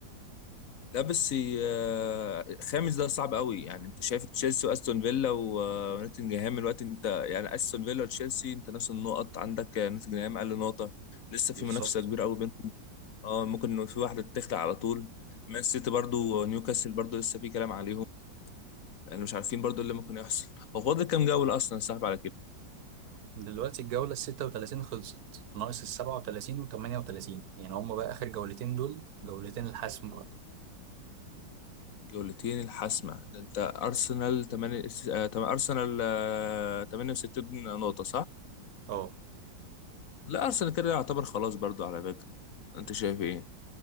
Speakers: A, on the left (about 55°); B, on the right (about 60°).
A: لا بس آه، خامس ده صعب قوي يعني انت شايف تشيلسي واستون فيلا و- آه، ونوتنجهام الوقت انت يعني استون فيلا وتشيلسي انت نفس النقط عندك آه، نوتنجهام اقل نقطه لسه في
B: بالظبط
A: منافسه كبيره قوي بينهم اه ممكن إنه في واحده تخلع على طول مان سيتي برضو نيوكاسل برضو لسه في كلام عليهم لان مش عارفين برضو إيه اللي ممكن يحصل هو فاضل كام جوله اصلا يا صاحبي على كده
B: دلوقتي الجولة الستة وتلاتين خلصت ناقص السبعة وتلاتين وتمانية وتلاتين يعني هما بقى آخر جولتين دول جولتين الحسم بقى
A: جولتين الحاسمه ده انت ارسنال 8 آه، تم- ارسنال آه، 68 نقطه صح
B: اه
A: لا ارسنال كده يعتبر خلاص برضو على فكره انت شايف ايه